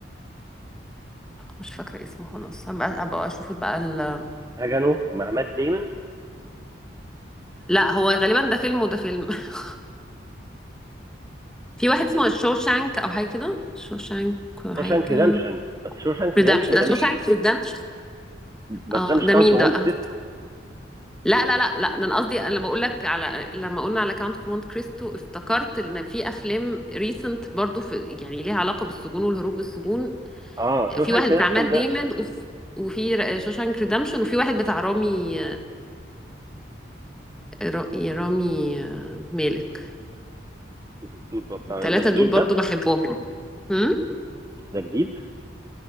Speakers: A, in the centre; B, on the right (about 20°).
A: مش فاكرة اسمه خلاص هبقى هبقى اشوف بقى ال...
B: هجنو مع مات ديمون
A: لا هو غالبا ده فيلم وده فيلم <laughs> في واحد اسمه شوشانك او حاجة كده شوشانك حاجة
B: شوشانك ريدمشن بس شوشانك
A: ريدمشن
B: ريدمشن
A: ده
B: ده
A: شوشانك
B: مش
A: ريدمشن
B: بس
A: اه
B: ده مش
A: ده
B: كاونت
A: مين
B: اوف
A: ده
B: مونت
A: بقى
B: كريستو
A: لا لا لا لا ده انا قصدي انا بقول لك على لما قلنا على كاونت اوف مونت كريستو افتكرت ان في افلام ريسنت برضو في يعني ليها علاقه بالسجون والهروب من السجون
B: اه شوشانك
A: في واحد بتاع
B: ريدمشن
A: مات ديمون
B: ده
A: وفي وفي شوشانك ريدمشن وفي واحد بتاع رامي را- رامي آه، مالك
B: ما شفتوش بقى بتاع
A: الثلاثه
B: ده جديد
A: دول برضو
B: ده
A: بحبهم هم؟
B: ده جديد